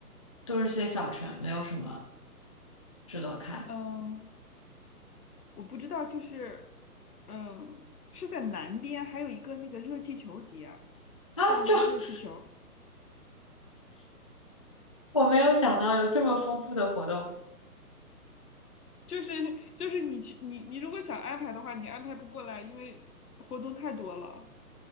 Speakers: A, on the left; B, on the left.
A: 都是些小城，没有什么值得看
B: 嗯，我不知道，就是嗯是在南边，还有一个那个热气球节啊，
A: 啊。
B: 放那个热气球。
A: 这 <laughs> 我没有想到有这么丰富的活动。
B: 就是就是你去你你如果想安排的话，你安排不过来，因为活动太多了。